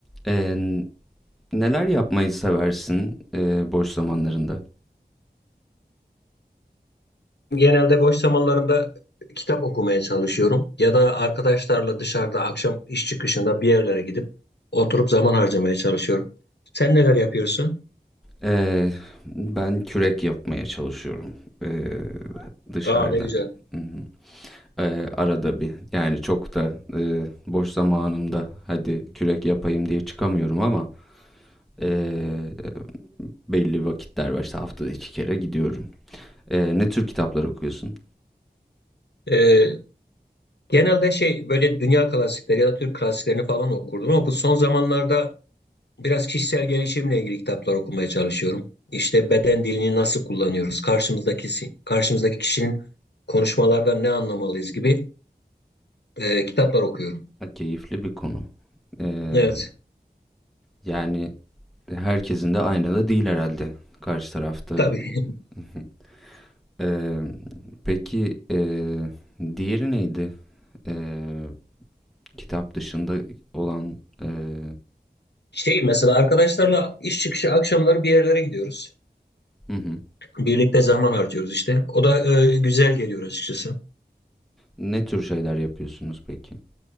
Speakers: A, in the centre; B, on the left.
A: Ee, neler yapmayı seversin e, boş zamanlarında?
B: Genelde boş zamanlarımda kitap okumaya çalışıyorum ya da arkadaşlarla dışarıda akşam iş çıkışında bir yerlere gidip oturup zaman harcamaya çalışıyorum. Sen neler yapıyorsun?
A: Ee, ben kürek yapmaya çalışıyorum ee, dışarıda.
B: Aa ne güzel.
A: Hı hı. Ee, arada bir yani çok da e, boş zamanımda hadi kürek yapayım diye çıkamıyorum ama e, belli vakitler var işte haftada iki kere gidiyorum. Ee, ne tür kitaplar okuyorsun?
B: Ee, genelde şey böyle dünya klasikleri ya da Türk klasiklerini falan okurdum ama bu son zamanlarda biraz kişisel gelişimle ilgili kitaplar okumaya çalışıyorum. İşte beden dilini nasıl kullanıyoruz? Karşımızdaki si, karşımızdaki kişinin konuşmalardan ne anlamalıyız gibi e, kitaplar okuyorum.
A: Ha, keyifli bir konu. Ee,
B: Evet.
A: yani herkesin de aynı da değil herhalde karşı tarafta.
B: Tabii. <laughs>
A: <laughs> Ee, peki ee, diğeri neydi? Ee, kitap dışında olan ee,
B: Şey mesela arkadaşlarla iş çıkışı akşamları bir yerlere gidiyoruz.
A: hı hı.
B: Birlikte zaman harcıyoruz işte. O da e, güzel geliyor açıkçası.
A: Ne tür şeyler yapıyorsunuz peki?